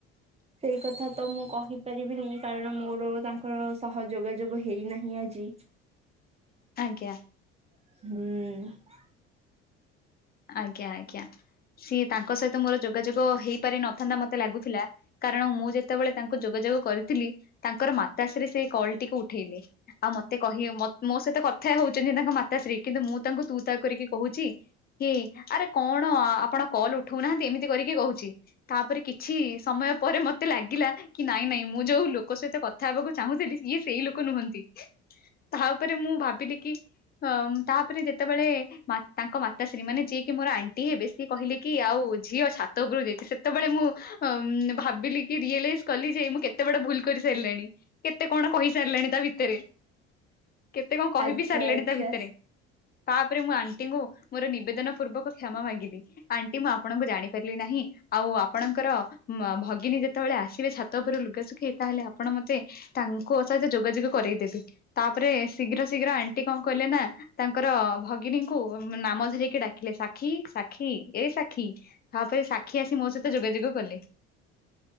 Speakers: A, on the right; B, on the left.
A: ସେଇ କଥା ତ ମୁଁ କହିପାରିବିନି କାରଣ ମୋର ତାଙ୍କର ସହ ଯୋଗାଯୋଗ ହେଇନାହିଁ ଆଜି।
B: ଆଜ୍ଞା।
A: ହୁଁ।
B: ଆଜ୍ଞା ଆଜ୍ଞା ସିଏ ତାଙ୍କ ସହିତ ମୋର ଯୋଗାଯୋଗ ହେଇପାରି ନଥାନ୍ତା ମତେ ଲାଗୁଥିଲା। କାରଣ ମୁଁ ଯେତେବେଳେ ତାଙ୍କୁ ଯୋଗାଯୋଗ କରିଥିଲି ତାଙ୍କର ମାତାଶ୍ରୀ ସେ କଲଟିିକୁ ଉଠେଇଲେ। ଆଉ ମତେ କହିବେ ମୋ ସହିତ କଥା ହଉଛନ୍ତି ତାଙ୍କ ମାତାଶ୍ରୀ କିନ୍ତୁ ମୁଁ ତାଙ୍କୁ ତୁ ତା କରିକି କହୁଛି କି ଆରେ କଣ ଆପଣ କଲ୍ ଉଠଉନାହାନ୍ତି ଏମିତି କରିକି କହୁଛି। ତାପରେ କିଛି ସମୟ ପରେ ମତେ ଲାଗିଲା। କି ନାଇଁ ନାଇଁ ମୁଁ ଯୋଉ ଲୋକ ସହିତ କଥା ହେବାକୁ ଚାହୁଁଥିଲି ଇଏ ସେଇ ଲୋକ ନୁହନ୍ତି। ତା ଉପରେ ମୁଁ ଭାବିଲି କି ଅ ତାପରେ ଯେତେବେଳେ ମା ତାଙ୍କ ମା ତାଶ୍ରୀ ମାନେ ଯିଏକି ମୋର ଆଣ୍ଟି ହେବେ ସିଏ କହିଲେ କି ଆଉ ଝିଅ ଛାତ ଉପରୁ ଯାଇଚି ସେତେବେଳେ ମୁଁ ହ ଉଁ ଭାବିଲି କି ରିଅଲାଇଜ୍ କଲି ଯେ ମୁଁ କେ କେତେ ବଡ ଭୁଲ କରି ସାରିଲାଣି କେତେ କଣ କହିସାରିଲାଣି ତା ଭିତରେ। କେତେ କଣ କହିବି
A: ଆଚ୍ଛା
B: ସାରିଲେଣି
A: ଆଚ୍ଛା
B: ତା ଭିତରେ? ତାପରେ ମୁଁ ଆଣ୍ଟିଙ୍କୁ ମୋର ନିବେଦନ ପୂର୍ବକ କ୍ଷମା ମାଗିଲି। ଆନ ଣ୍ଟି ମୁଁ ଆପଣଙ୍କୁ ଜାଣିପାରିଲି ନାହିଁ। ଆଉ ଆପଣଙ୍କର ଭଗିନୀ ଯେତେବେଳେ ଆସିବେ ଛାତ ଉପରୁ ଲୁଗେ ଶୁଖେଇ ତାହେଲେ ଆପଣ ମତେ ତାଙ୍କୁ ଅ ସହିତ ଯୋଗାଯୋଗ କରାଇଦେବେ। ତାପରେ ଶୀଘ୍ର ଶୀଘ୍ର ଆଣ୍ଟି କଣ କହିଲେ ନା ତାଙ୍କର ଭଗିନୀଙ୍କୁ ନାମ ଧରିକି ଡାକିଲେ ସାକ୍ଷୀ ସାକ୍ଷୀ ଏ ସାକ୍ଷୀ ହଁ ଫିର୍ ସାକ୍ଷୀ ଆସି ମୋ ସହିତ ଯୋଗାଯୋଗ କଲେ।